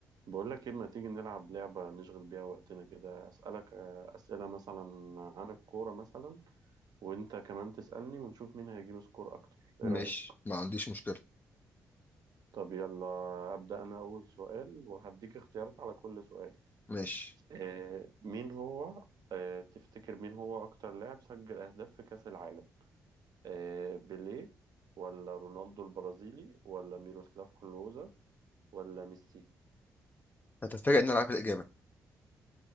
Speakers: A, on the right (about 60°); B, on the left (about 25°).
A: بقول لك ايه ما تيجي نلعب لعبة نشغل بيها وقتنا كده أسألك آه، أسئلة مثلا عن الكورة مثلا وانت كمان تسألني ونشوف مين هيجيب سكور اكتر
B: ماشي
A: ايه رأيك
B: ما عنديش مشكلة
A: طب يلا أبدأ انا اول سؤال وهديك اختيارات على كل سؤال
B: ماشي
A: آه مين هو آه تفتكر مين هو اكتر لاعب سجل اهداف في كأس العالم آه بيليه ولا رونالدو البرازيلي ولا ميروسلاف كلوزا ولا ميسي
B: هتتفاجئ ان انا عارف الإجابة